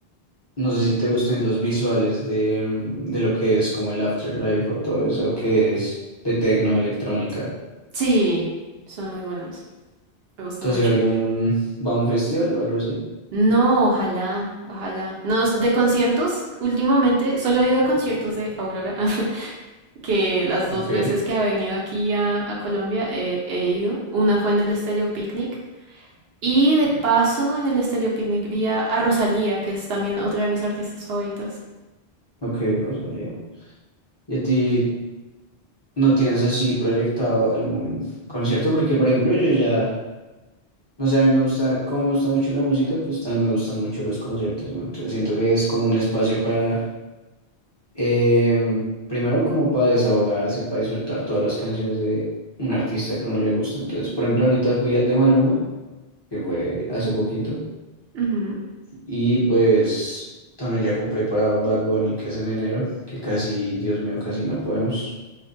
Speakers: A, on the left; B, on the right.
A: no sé si te gusten los visuales de, mm, de lo que es como el Afterlife o todo eso que es de tecno, electrónica.
B: Sí, son muy buenos, me gusta
A: ¿Tú
B: mucho.
A: has ido a algún, va a un festival o algo así?
B: No, ojalá, ojalá. No, de conciertos, últimamente solo he ido a conciertos de Aurora. <laughs> que las
A: Ok,
B: dos veces que ha venido aquí a, a Colombia eh, he ido. Una fue en el Estéreo Picnic y de paso en el Estéreo Picnic vi a, a Rosalía, que es también otra de mis artistas favoritas.
A: ok, Rosalía. ¿Y a ti no tienes así proyectado algún concierto? Porque, por ejemplo, yo ya... No sé, a mí me gusta, como me gusta mucho la música, pues también me gustan mucho los conciertos, ¿no? Entonces siento que es como un espacio para, em, primero como para desahogarse, para disfrutar todas las canciones de un artista que a uno le gusta. Entonces, por ejemplo, ahorita fui al de Maluma, que fue hace poquito,
B: Ujú.
A: y pues también ya compré para Bad Bunny, que es en enero, que casi, Dios mío, casi no podemos.